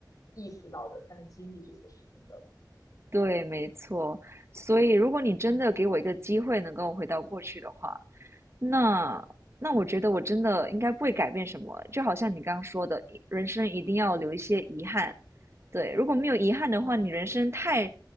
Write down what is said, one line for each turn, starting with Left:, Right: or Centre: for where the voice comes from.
Left: 意识到的，才能经历这些事情的。
Right: 对，没错。所以，如果你真的给我一个机会能够回到过去的话，
Left: 嗯
Right: 那那我觉得我真的应该不会改变什么，就好像你刚刚说的，一人生一定要留一些遗憾。对，如果没有遗憾的话，
Left: 嗯
Right: 你人生太